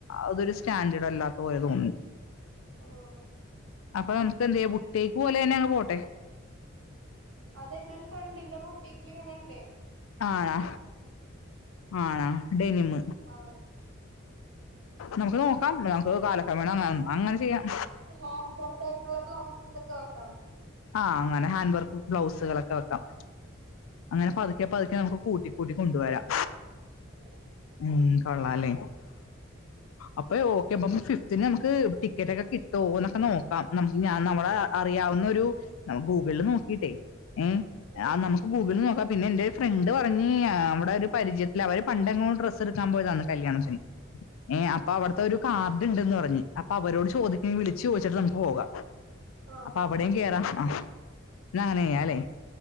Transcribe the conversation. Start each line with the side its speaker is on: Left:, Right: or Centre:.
Left: അതൊരു സ്റ്റാൻഡേർഡ് അല്ലാത്ത പോലെ തോന്നും.
Right: ആഹ്‌
Left: അപ്പൊ നമുക്ക് എന്ത് ചെയ്യ ബുട്ടിക്ക് പോലെ തന്നെ അങ് പോട്ടെ.
Right: അതെന്റെറ ഒരു ഫ്രണ്ടിന്റെ ബുട്ടിക്ക്ൽ ഇങ്ങനണ്ട്.
Left: ആണാ ആണാ ഡെനിമ.
Right: ആ
Left: നമുക്ക് നോക്കാം നമുക്ക് കാലക്രമേണ
Right: ഈ
Left: അങ്ങനെ ചെയ്യാം.
Right: ഹാൻഡ് വർക്കായിട്ടുള്ള ബ്ലൗസ്സസൊ കെ ണ്ടോ
Left: ആഹ് അങ്ങെനെ ഹാൻഡ് വർക്ക് ബ്ലൗസുകളൊക്കെ വെക്കാം. അങ്ങനെ പതുക്കെ പതുക്കെ നമുക്ക് കൂട്ടി കൂട്ടി കൊണ്ടുവരാം.
Right: അതെ.
Left: ഉം കൊള്ളാലേ? അപ്പ ഓക്കെ പ്പം ഫിഫ്ത്തിന് നമുക്ക് ടിക്കറ്റ് ഒക്കെ കിട്ടോ എന്നൊക്കെ നോ നമുക്ക് ഞാൻ നമ്മടെ
Right: ആഹ് നോക്കണം
Left: അറിയാവുന്ന ഒരു നമുക്ക് ഗൂഗിളിൽ നോക്കിട്ടേ ഏ
Right: ആഹ്
Left: ആന്ന നമുക്ക് ഗൂഗി നോക്കാം പിന്നെ എന്റെ ഒരു ഫ്രണ്ട് പറഞ്ഞി നമ്മടെ ഒരു പരിചയത്തില്ൽ അവര് പണ്ട് എന്നോ ഡ്രസ് സ് എടുക്കാൻ പോയതാണ് കല്യാണത്തിന് ഏ അപ്പൊ അവിടുത്തെ ഒരു കാർഡ് ഉണ്ടന്ന് പറഞ്ഞഞ് അപ്പൊ അവരോട് ചോദിക്ക വിളിച്ചു ചോദിച്ചിട്ട് നമുക്ക് പോകാം
Right: ആഹ്
Left: അപ്പൊ
Right: പോവാം
Left: അവിടയും കേയറാം ആ എന്നാ അങ്ങനെ ചെയ്യാലേ